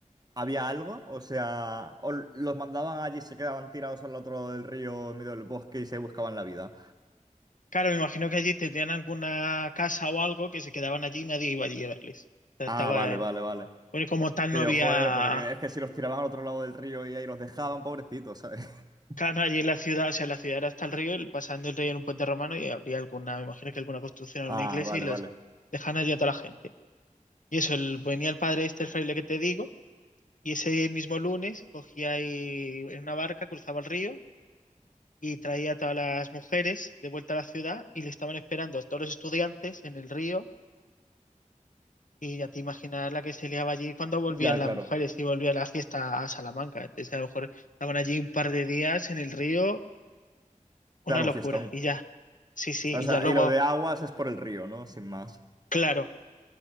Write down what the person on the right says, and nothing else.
había algo? O sea, ¿o los mandaban allí y se quedaban tirados al otro lado del río en medio del bosque y se buscaban la vida?
Ah,
vale,
vale, vale.
Que
digo,
joder, porque es que si los tiraban al otro lado del río y ahí los dejaban, pobrecitos, ¿sabes? <laughs>
Ah,
vale,
vale.
Ya, claro.
Claro, un
fiestón.
O
sea,
y lo de aguas es por el río, ¿no? Sin más.